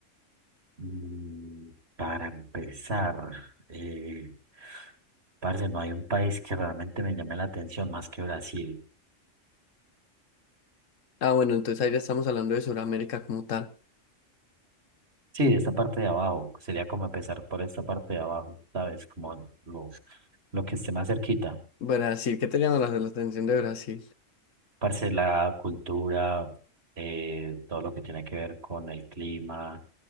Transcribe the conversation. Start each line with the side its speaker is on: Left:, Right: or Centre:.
Right: mm, para empezar, eh, parce, no hay un país que realmente me llame la atención más que Brasil.
Left: Ah, bueno, entonces ahí ya estamos hablando de Sudamérica como tal.
Right: Sí, esta parte de abajo, sería como empezar por esta parte de abajo, ¿sabes? Como lo, lo que esté más cerquita.
Left: Brasil, ¿qué te llama la, la atención de Brasil?
Right: Parce, la cultura, eh, todo lo que tiene que ver con el clima,